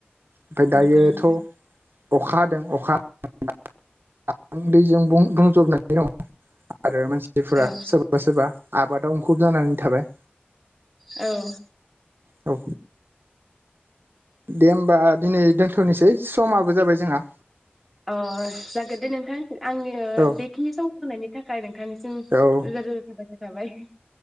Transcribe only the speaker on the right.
ओमफाय दायोथ'
अखा हादों अखा <unintelligible> दैजों बुंजबनानै दङ। आरो मानसिफोरा
सोरबा सोरबा आबादाव मुखुब जानानै थाबाय।
औ दे होमबा दिनै दोनथ'नोसै समाबो जाबाय जोंहा।
औ
औ